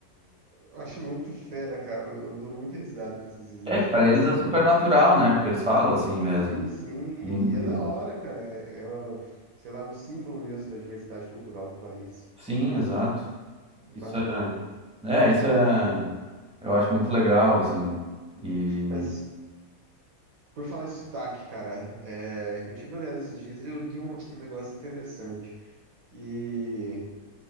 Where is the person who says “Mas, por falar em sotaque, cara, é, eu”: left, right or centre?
Right